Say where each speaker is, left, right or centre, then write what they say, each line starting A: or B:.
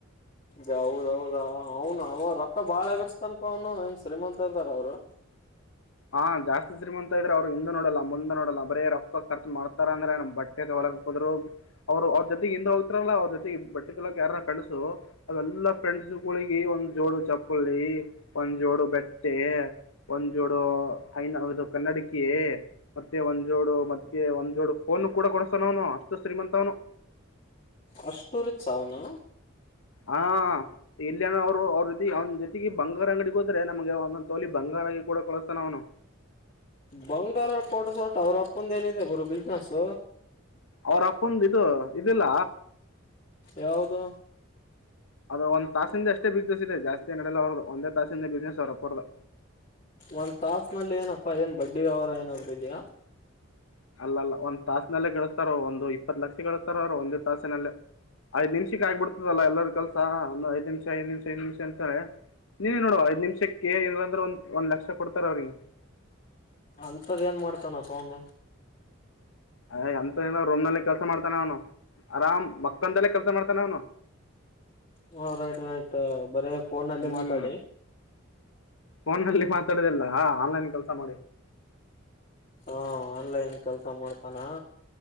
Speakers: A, on the left (about 35°); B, on the left (about 75°).
A: ಇದ ಹೌದೌದ ಅವನು ಅವ ರೊಕ್ಕ ಬಾಳಗಿಸಸ್ತನಪ ಅವನು ಏನ್ ಶ್ರೀಮಂತ ಇದ್ದಾರ ಅವರು
B: ಹಾ ಜಾಸ್ತಿ ಶ್ರೀಮಂತ ಇದ್ರೆ ಅವ್ರು ಹಿಂದ ನೋಡಲ್ಲ ಮುಂದೆ ನೋಡಲ್ಲ ಬರೇ ರೊಕ್ಕ ಖರ್ಚು ಮಾಡ್ತಾರ ಅಂದ್ರೆ ನಮ್ ಬಟ್ಟೆ ತಗಲಕ್ ಹೋದ್ರು ಅವ್ರು ಅವ್ರ ಜೊತೆಗೆ ಹಿಂದ ಹೋಗ್ತಾರಲ್ಲಾ ಅವ್ರ ಜೊತೆಗೆ ಬಟ್ಟೆ ತಲಕ ಯಾರ ಫ್ರೆಂಡ್ಸೃ ಅವೆಲ್ಲ ಫ್ರೆಂಡ್ಸ್ಗಳಿಗೆ ಒಂದ್ ಜೋಡು ಚಪ್ಪಳಿ ಒಂದ್ ಜೋಡು ಬೆಟ್ಟೆ ಒಂದ್ ಜೋಡು ಐನ ಹೌದು ಕನ್ನಡಕಿ ಮತ್ತೆ ಒಂದ್ ಜೋಡು ಮತ್ತೆ ಒಂದ್ ಜೋಡು ಫೋನ್ ಕೂಡ ಕೊಡಿಸತಾನ ಅವನು ಅಷ್ಟು ಶ್ರೀಮಂತ ಅವನು
A: ಅಷ್ಟು ರೀಚ್ ಅವನು
B: ಹಾ ಇಲ್ಲಿನ ಅವ್ರು ಅವ್ರ ಅವನ್ ಜೊತೆಗೆ ಬಂಗಾರ ಅಂಗಡಿಗೆ ಹೋದ್ರೆ ನಮ್ಗೆ ಒಂದೊಂದ್ ತೋಲಿ ಬಂಗಾರಗ ಕೂಡ ಕೊಡಿಸ್ತಾನೆ ಅವ್ನು
A: ಬಂಗಾರ ಕೋಡ್ಸೋಡ್ ಅವ್ರ ಅಪ್ಪಂದ ಏನಿದೆ ಗುರು ಬಿಸಿನೆಸ್
B: ಅವ್ರ ಅಪ್ಪಂದ್ ಇದು ಇದಿಲ್ಲ
A: ಯಾವುದು
B: ಅದು ಒಂದ ತಾಸಿಂದ ಎಷ್ಟೇ ಬಿಸ್ನೆಸ್ ಇದೆ ಜಾಸ್ತಿ ಅಂಗಡಡೆಲ್ಲ ಹೊರದು ಒಂದೇ ತಾಸಿಂದ ಬಿಸ್ನೆಸ್ ಅವ್ರ್ ಅಪ್ಪರೋದು
A: ಒಂದ್ ತಾಸ್ ಮಲ್ಲಿ ಏನಪ್ಪಾ ಏನ್ ಬಡ್ಡಿ ವ್ಯವಹಾರ ಏನಾದ್ರು ಇದ್ದೀಯ
B: ಅಲ್ಲಲ್ಲ ಒಂದ್ ತಾಸನೆಲ್ಲೇ ಗಳಿಸಸ್ತಾರ ಒಂದು ಇಪ್ಪತ್ ಲಕ್ಷ ಗಳಿಸತಾರ ಅವ್ರು ಒಂದೇ ತಾಸಿನಲ್ಲ ಐದ್ ನಿಮಷಕ್ ಆಗ್ಬಿಡ್ತದಲ್ಲಾ ಎಲ್ಲರ ಕೆಲ್ಸ ಒಂದು ಐದು ನಿಮಿಷ ಐದ್ ನಿಮಿಷ ಏದ್ ನಿಮಿಷ ಅಂತೇಳೆ ನೀ ನೋಡು ಐದ್ ನಿಮಿಷಕ್ಕೆ ಏನಾದ್ರು ಅಂದ್ರೆ ಒಂದ್ ಒಂದ್ ಲಕ್ಷ ಕೊಡ್ತಾರ ಅವ್ರಿಗೆ
A: ಅಂತದ ಏನ್ ಮಾಡ್ತಾನಪ್ಪ ಅವನು
B: ಅಯ ಎಂತ ಏನ ರೂಮ್ನಲ್ಲ ಕೆಲ್ಸ ಮಾಡ್ತಾನೆ ಅವನು ಆರಾಮ್ ಮಕ್ಕದಲ್ಲೇ ಕೆಲ್ಸ ಮಾಡ್ತಾನೆ ಅವನು
A: ಹಾ ರೈಟ್ ರೈಟ್ ಬರೇ ಫೋನ್ಲ್ಲಿ
B: ಹ್ಮ್
A: ಮಾತಾಡಿ
B: ಫೋನಲ್ಲಿ ಮಾತಾಡೋದಿಲ್ಲ ಆನ್ಲೈನ್ ಕೆಲಸ ಮಾಡಿ
A: ಹಾ ಆನ್ಲೈನ್ ಕೆಲ್ಸ ಮಾಡ್ತ ತನ್ನ